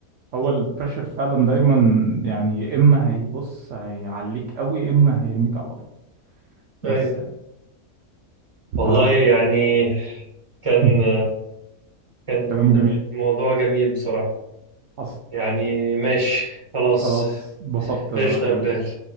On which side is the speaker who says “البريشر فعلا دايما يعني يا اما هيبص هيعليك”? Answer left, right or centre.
Right